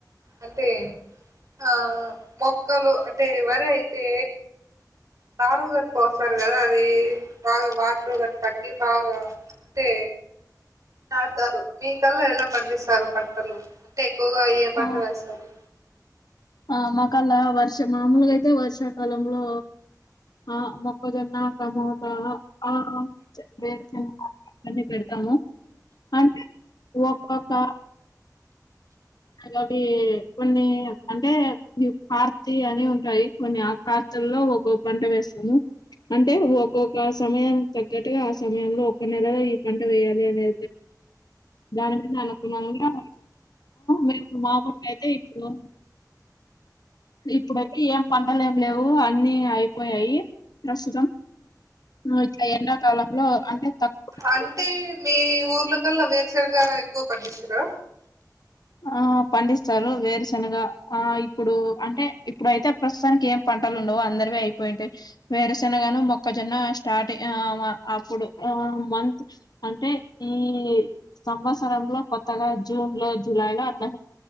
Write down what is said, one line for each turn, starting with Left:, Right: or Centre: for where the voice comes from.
Right: అంటే ఆ మొక్కలు అంటే ఎవరయితే నారు కనికొస్తారు కదా అది బాగా వాటర్ కనిపట్టి బాగా అంటే నాటతారు మీ కల్ ఎలా పండిస్తారు పంటలు అంటే ఎక్కువగా ఏయే పంట
Left: ఆ
Right: వేస్తారు
Left: ఆ మకలా వర్ష మామూలుగా అయితే వర్షాకాలంలో ఆ మొక్కజొన్న టమాట ఆ వేరుశనగ అన్నీ పెడతాము అంటే ఒక్కొక్క అలాగ కొన్ని అంటే కార్తీ అని ఉంటాయి కొన్ని ఆ కార్తీలో ఒక్కొక్క పంట వేస్తాము అంటే ఒక్కొక్క సమయానికి తగ్గట్టుగా ఆ సమయంలో ఒక్క నెలలో ఈ పంట వేయాలి అని దాని మీద అనుకులంగా మీము మామూలు అయితే ఇప్పుడు ఇప్పుడైతే ఏం పంటలు ఏం లేవు అన్నీ అయిపోయాయి ప్రస్తుతం ఇట్లా ఎండాకాలంలో అంటే తక్కువ నీరు
Right: అంటే మీ ఊర్ల కల్ల వేరే సొరకాయ ఎక్కువ పండిస్తుర్రా
Left: ఆ పండిస్తారు వేరుశెనగా ఆ ఇప్పుడు అంటే ఇప్పుడయితే ప్రస్తుతానికి ఏం పంటలు ఉండవు అందరివి అయిపోయింటయి వేరుశెనగాను మొక్కజొన్న స్టార్ట్ ఆ అప్పుడు ఆ మంత్ అంటే ఈ సంవత్సరంలో కొత్తగా జూన్ లో జులైలో అట్లా